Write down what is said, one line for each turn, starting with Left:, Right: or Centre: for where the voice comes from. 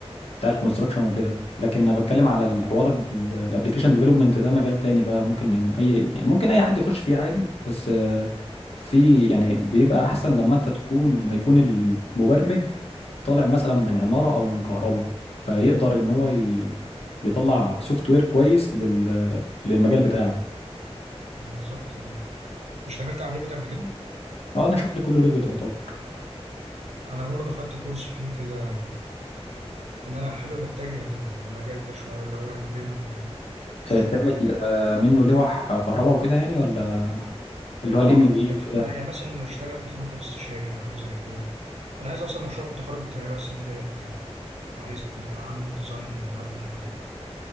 Left: بتاع الكونستراكشن وكده لكن انا بتكلم على الحوار الابلكيشن ديفلوبمنت ده مجال تاني بقى ممكن إن اي ممكن اي حد يخش فيه عادي بس آه، في يعني بيبقى احسن لما انت تكون لما يكون المبرمج طالع مثلا من عمارة او من كهرباء فيقدر ان هو ي- يطلع سوفت وير كويس لل... للمجال بتاعه
Right: بالظبط اه انت اشتغلت على ريفت قبل كده
Left: اه انا شغلي كله ريفيت يا طب
Right: انا برضو خدت كورس فيه كده ان انا حابب اتجه للمجال ده شويه اللي هو البيم والشغل
Left: آه، تعمل
Right: ده
Left: آه، منه لوح كهرباء وكده يعني ولا اللي هو
Right: اه
Left: الام اي بي
Right: في
Left: وكده
Right: في- يعني مثلا اشتغل في مكتب استشاري او حاجه زي كده انا عايز اصلا مشروع التخرج بتاعي بقى السنه الجايه يبقى كده عايز اعمل ديزاين لمبنى او